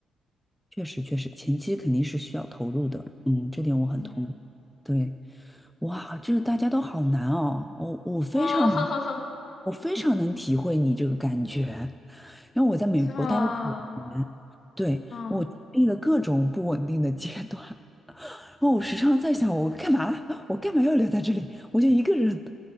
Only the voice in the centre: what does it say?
确实，确实，前期肯定是需要投入的，嗯，这点我很同意。
对，哇，就是大家都好难哦，我我非常能，
我非常能体会你这个感觉。然后我在美国待了九年，
对，
我经历了各种不稳定的阶段，然后我时常在想，我干嘛？我干嘛要留在这里？我就一个人。